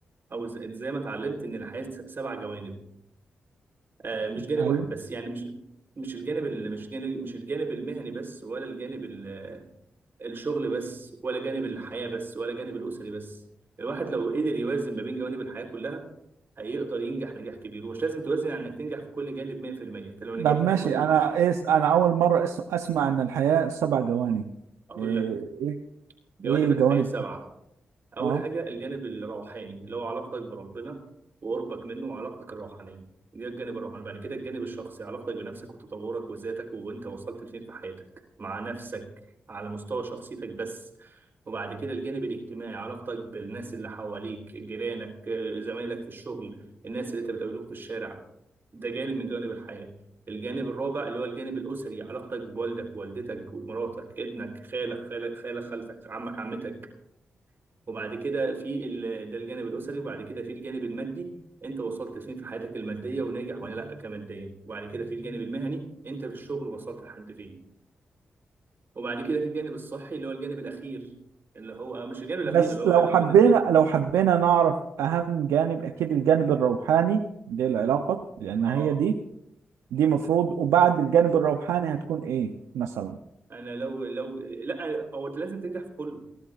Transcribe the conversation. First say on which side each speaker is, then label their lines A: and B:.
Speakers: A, on the right; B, on the right.
A: او ز- زي ما اتعلمت ان الحياه س- سبع جوانب آه مش جانب
B: ايوه
A: واحد بس يعني مش مش الجانب اللي مش جانب مش الجانب المهني بس ولا الجانب ال- الشغل بس ولا جانب الحياه بس ولا جانب الاسري بس الواحد لو قدر يوازن ما بين جوانب الحياه كلها هيقدر ينجح نجاح كبير ومش لازم توازن على انك تنجح في كل جانب 100% انت لو نجحت
B: طب ماشي
A: في كل
B: انا ايه انا اول مره أس- اسمع ان الحياه سبع جوانب
A: اقول
B: ايه
A: لك
B: ايه
A: جوانب
B: إيه الجوانب
A: الحياه سبعه
B: دي؟
A: أول
B: اه
A: حاجة الجانب الروحاني اللي هو علاقتك بربنا وقربك منه وعلاقتك الروحانية ده الجانب الروحاني بعد كده الجانب الشخصي علاقتك بنفسك وتطورك وذاتك وأنت وصلت لفين في حياتك مع نفسك على مستوى شخصيتك بس وبعد كده الجانب الاجتماعي علاقتك بالناس اللي حواليك جيرانك آه، زمايلك في الشغل الناس اللي أنت بتقابلهم في الشارع ده جانب من جوانب الحياة الجانب الرابع اللي هو الجانب الأسري علاقتك بوالدك ووالدتك ومراتك ابنك خالك خالك خالك خالتك عمك عمتك وبعد كده في ال... ده الجانب الاسري وبعد كده في الجانب المادي انت وصلت فين في حياتك الماديه وناجح ولا لا كماديا وبعد كده في الجانب المهني انت في الشغل وصلت لحد فين وبعد كده في الجانب الصحي اللي هو الجانب الاخير اللي هو مش الجانب الاخير
B: بس
A: اللي هو
B: لو
A: اللي
B: حبينا
A: هو بالنسبه لنا
B: لو حبينا نعرف أهم جانب أكيد الجانب الروحاني للعلاقة لأن
A: اه
B: هي دي دي مفروض وبعد الجانب الروحاني هتكون إيه مثلا
A: انا لو لو لا هو انت لازم تنجح في كله